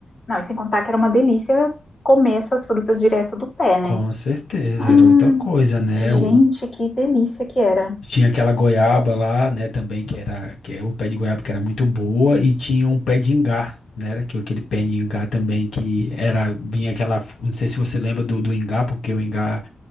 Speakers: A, on the left (about 35°); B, on the left (about 85°).
A: não, e sem contar que era uma delícia comer essas frutas direto do pé, né?
B: com certeza,
A: Ah,
B: era outra coisa, né?
A: gente,
B: O,
A: que delícia que era.
B: Tinha aquela goiaba lá, né, também, que era, que é o pé de goiaba que era muito boa, e tinha um pé de ingá, né, era que- aquele pé de ingá também, que era, vinha aquela, não sei se você lembra do, do ingá, porque o ingá